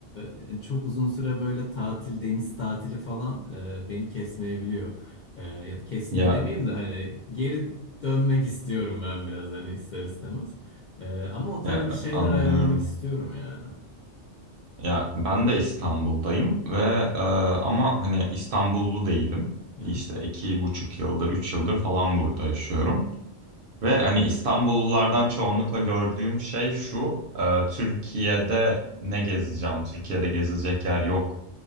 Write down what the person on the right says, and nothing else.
Ya,
ya
anlıyorum.
Ya ben de İstanbul'dayım ve e, ama hani İstanbullu değilim.
İşte
iki buçuk yıldır, üç yıldır falan burada yaşıyorum. Ve hani İstanbullulardan çoğunlukla gördüğüm şey şu. e, Türkiye'de ne gezeceğim? Türkiye'de gezilecek yer yok